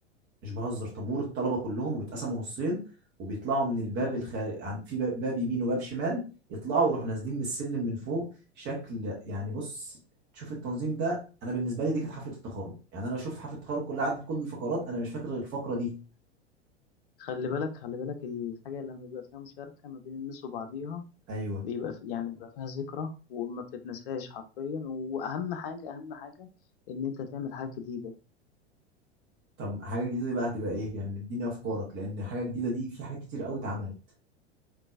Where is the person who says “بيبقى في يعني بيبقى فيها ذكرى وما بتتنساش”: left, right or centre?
Left